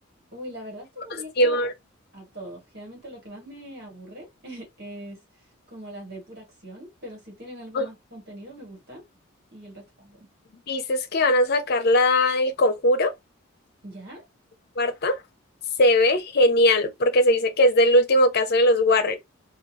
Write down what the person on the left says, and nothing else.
acción?
Oh,
Dices que van a sacar la del Conjuro,
cuarta. Se ve genial, porque se dice que es del último caso de los Warren.